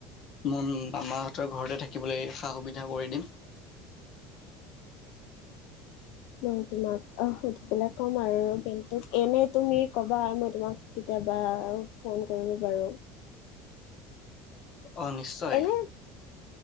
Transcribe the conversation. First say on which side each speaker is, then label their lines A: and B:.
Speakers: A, on the left; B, on the left.
A: মোৰ মামাহতৰ ঘৰতে থাকিবলৈ সা-সুবিধা কৰি দিম।
B: মই তোমাক আ সুধিপেলাই কম আৰু কিন্ত, এনে তুমি কবা মই তোমাক কেতিয়াবা ফন কৰিব পাৰো।
A: অ, নিশ্চয়।
B: এনে